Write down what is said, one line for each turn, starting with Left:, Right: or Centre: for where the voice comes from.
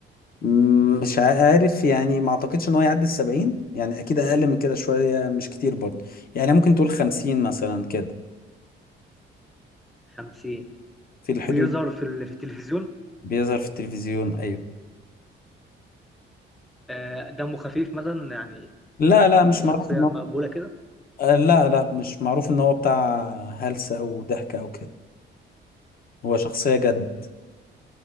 Left: مم، مش عارف يعني ما اعتقدش ان هو يعدي السبعين يعني اكيد اقل من كده شوية مش كتير برضه يعني ممكن تقول خمسين مثلا كده
Centre: خمسين
Left: في الحدود
Centre: بيظهر في ال- في التلفزيون
Left: بيظهر في التلفزيون ايوه
Centre: آه دمه خفيف مثلا يعني
Left: لا لا مش
Centre: شخصية
Left: معروف
Centre: مقبولة كده
Left: آه، لا لا مش معروف ان هو بتاع هلس او ضحك او كده هو شخصية جد